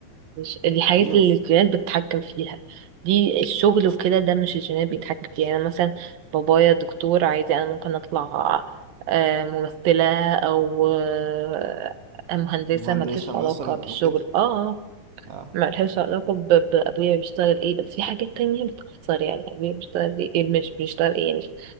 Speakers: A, on the right; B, on the right.
A: مش دي حاجات
B: أيوة
A: اللي الجينات بتتحكم فيها دي الشغل وكده ده مش الجينات بيتحكم فيها يعني أنا مثلا بابايا دكتور عادي انا ممكن اطلع آه، ممثلة او آه، مهندسة
B: مهندسة
A: ملهاش
B: مثلا
A: علاقة بالشغل
B: أو كده
A: اه آه،
B: اه
A: ملهاش علاقة ب- بأبويا بيشتغل ايه بس في حاجات تانية بتأثر يعني أبويا بيشتغل ايه إيه مش بيشتغل ايه يعني